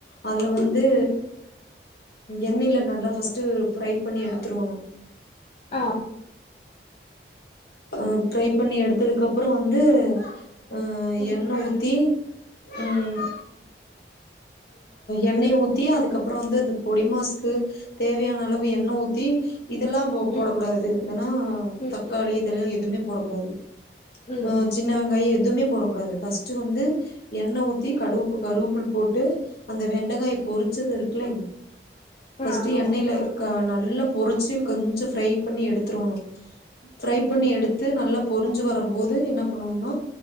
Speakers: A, on the left; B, on the left.
A: அதுல வந்து
B: ம்
A: எண்ணெயில நல்லா ஃபர்ஸ்ட்ட் ஃப்ரை பண்ணி எடுத்துருவணும்
B: ஆ
A: அஹ் ஃபிரை பண்ணி எடுத்ததுக்கு அப்புறம் வந்து அஹம்
B: ம்
A: எண்ணெஊத்தி உம் எண்ணெய் ஊத்தி அதுக்கப்புறம் வந்து இந்த பொடிமாஸ் க்கு தேவையான அளவு எண்ணெ ஊத்தி இதெல்லாம் போ போடக்க
B: ம்
A: கூடாது வேனாதக்காளி
B: ம் ம்
A: எதுமே போடக்கூடாது
B: ம்
A: ஆஹ் சின்ன வெங்காயம் எதுவுமே போடக்கூடாது ஃபஸ்ட் வந்து எண்ணெய் ஊத்தி கட கருவுப்பில் போட்டு அந்த வெண்டைக்காய
B: ம்
A: பொரிச்சது இருக்குல பஸ்ட்
B: ஆ ஆமா
A: எண்ணெய்யில நல்ல பொறிச்சு கொஞ்சம் ஃப்ரை பண்ணி எடுத்துடுணும்
B: ம்
A: பண்ணி எடுத்து நல்ல பொரிஞ்சு வரும் போது என்ன பண்ணும்னா